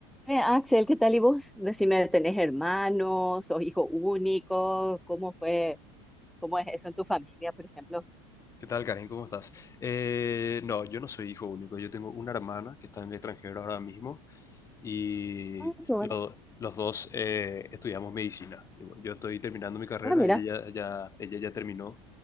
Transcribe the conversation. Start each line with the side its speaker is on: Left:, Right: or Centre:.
Centre: Eh, Axel, ¿qué tal y vos? Decime, ¿tenés hermanos o hijo único? ¿Cómo fue? ¿Cómo es eso en tu familia, por ejemplo?
Left: ¿Qué tal, Karen? ¿Cómo estás? Eh, no, yo no soy hijo único. Yo tengo una hermana que está en el extranjero ahora mismo y
Centre: Ah, qué bueno.
Left: lo- los dos eh, estudiamos medicina. Yo estoy terminando mi carrera,
Centre: Ah, mira.
Left: ella ya, ya- ella ya terminó